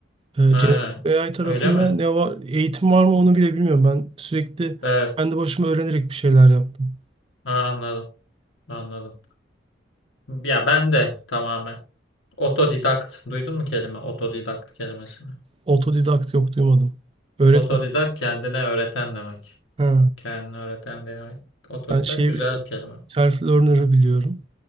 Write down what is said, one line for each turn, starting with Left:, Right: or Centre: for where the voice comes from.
Right: Ee,
Left: He,
Right: Generative AI tarafında
Left: öyle mi?
Right: ne var, eğitim var mı onu bile bilmiyorum. Ben sürekli
Left: Evet.
Right: kendi başıma öğrenerek bir şeyler yaptım.
Left: Ha, anladım. Anladım. Ya ben de tamamen otodidakt. Duydun mu kelime? Otodidakt kelimesini.
Right: Otodidakt yok duymadım. Öğret
Left: Otodidakt
Right: bak.
Left: kendine öğreten demek.
Right: Ha.
Left: Kendine öğreten demek. Otodidakt
Right: Ben şeyi
Left: güzel
Right: biliyorum.
Left: bir kelime.
Right: Self-learner'ı biliyorum.